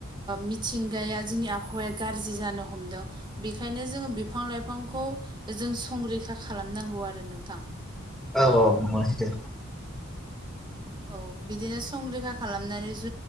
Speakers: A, on the right (about 20°); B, in the centre.
A: मिथिंगाया जोंनि आबहावाया गाज्रि जानो हमदों बेखायनो जोङो बिफां लाइफांखौ जों संरैखा खालामनांगौ आरो नोंथां
B: औ औ मसदो
A: औ बिदिनो संरैखा खालामनानै ज